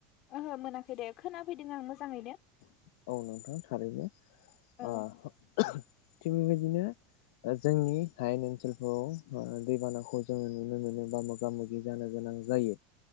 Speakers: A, on the left; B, on the left.
A: ओहो मोनाखै दे खोना फैदों आं मोजाङैनो।
B: औ नोंथां थारैनो।
A: औ
B: आह थिग बेबायदिनो जोंनि हायेन ओनसोलफोराव दैबानाखौ जोङो नुनो मोनोबा मोगा मोगि जानो गोनां जायो।